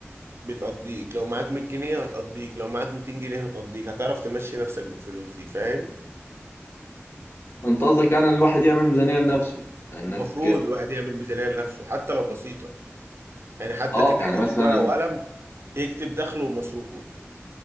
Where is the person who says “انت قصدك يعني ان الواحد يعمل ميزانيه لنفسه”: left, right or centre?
Left